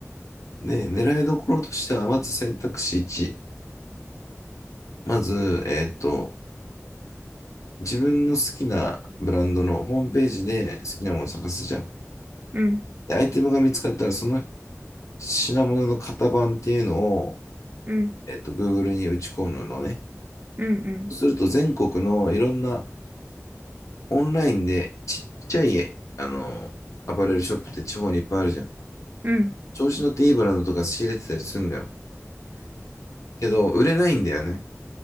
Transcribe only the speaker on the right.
うん。
うん、
うん、うん、
うん。